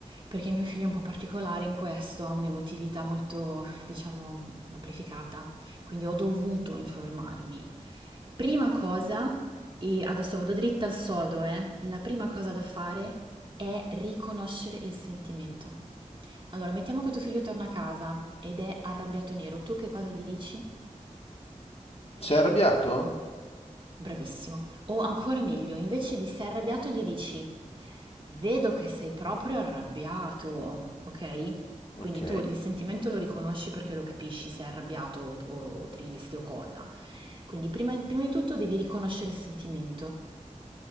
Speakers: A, on the right; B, on the left.
A: perché mio figlio è un po' particolare in questo, ha un'emotività molto, diciamo, amplificata, quindi ho dovuto informarmi. Prima cosa, e adesso vado dritta al sodo, eh, la prima cosa da fare è riconoscere il sentimento. Allora, mettiamo che tuo figlio torna a casa ed è arrabbiato nero, tu che cosa gli dici?
B: Sei arrabbiato?
A: Bravissimo. O ancora meglio, invece di sei arrabbiato gli dici: "Vedo che sei proprio arrabbiato", ok?
B: Ok,
A: Quindi tu il sentimento lo riconosci perché lo capisci se è arrabbiato o, o- o triste o cosa. Quindi prima prima di tutto devi riconoscere il sentimento.